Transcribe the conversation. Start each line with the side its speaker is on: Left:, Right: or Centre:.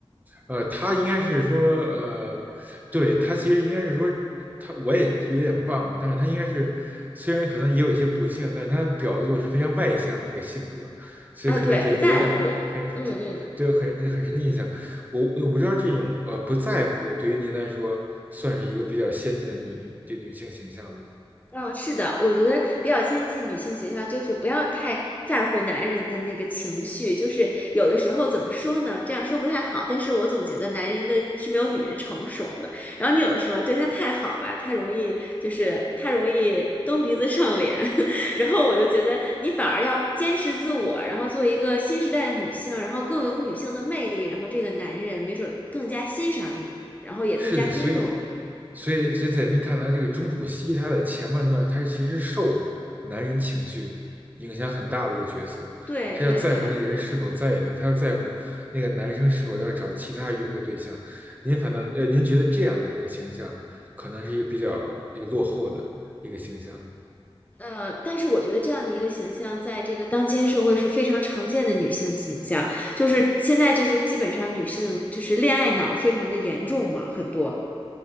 Right: 呃，他应该是说，呃，对，他其实应该是说，他我也有点忘了，但是他应该是虽然可能也有一些不幸，但是他表露的是非常外向的那个性格，所以可能给人留下很很
Left: 啊，对，不在乎，嗯嗯嗯
Right: 对很很深的印象。我我不知道这种呃不在乎对于您来说算是一个比较先进的女女女性形象吗？
Left: 嗯，是的，我觉得比较先进女性形象就是不要太在乎男人的那个情绪，就是有的时候怎么说呢？这样说不太好，但是我总觉得男人的是没有女人成熟的。然后你有的时候对他太好吧，太容易就是他容易蹬鼻子上脸，<laughs> 然后我就觉得你反而要坚持自我，然后做一个新时代的女性，然后更有女性的魅力，然后这个男人没准儿更加欣赏你，然后也更加尊重你。
Right: 是的，所以，所以，所以在您看来，这个钟楚曦她在前半段，她是其实受男人情绪影响很大的一个角色，
Left: 对对对。
Right: 她要在乎那个人是否在意她，她要在乎那个男生是否要找其他约会对象。您反倒，呃，您觉得这样的这个形象，可能是一个比较这个落后的一个形象。
Left: 呃，但是我觉得这样的一个形象，在这个当今社会是非常常见的女性形象，就是现在就是基本上女性就是恋爱脑非常的严重嘛，很多